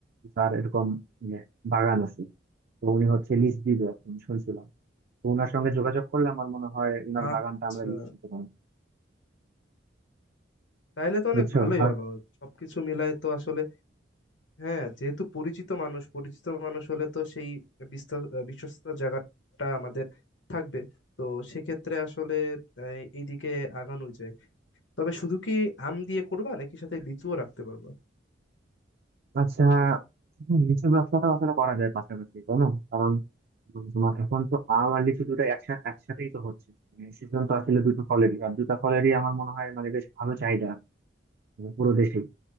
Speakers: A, on the right (about 55°); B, on the left (about 85°).
A: তার এরকম মানে বাগান আছে তো উনি হচ্ছে লিজ দিবে এখন শুনছিলাম তো উনার সঙ্গে যোগাযোগ করলে আমার মনে হয় উনার
B: আচ্ছা
A: বাগানটা আমরা লিজ দিতে পারি
B: তাহলে তো
A: বুঝছো
B: অনেক ভালোই
A: আর
B: হলো সবকিছু মিলায় তো আসলে হ্যাঁ যেহেতু পরিচিত মানুষ পরিচিত মানুষ হলে তো সেই বিস্তা- আহ, বিশ্বস্ত জায়গাটা আমাদের থাকবে তো সেক্ষেত্রে আসলে আহ, এইদিকে আগানো যায় তবে শুধু কি আম দিয়ে করবা নাকি সাথে লিচুও রাখতে পারবা
A: আচ্ছা হুম, লিচুর ব্যবসাটা আসলে করা যায় পাশাপাশি তাই না কারণ উম, তোমার এখন তো আম আর লিচু দুটো একসাথে একসাথেই তো হচ্ছে সিজন তো আসলে দুটো ফলেরই আর দুটো ফলেরই আমার মনে হয় মানে বেশ ভালো চাহিদা মানে পুরো দেশেই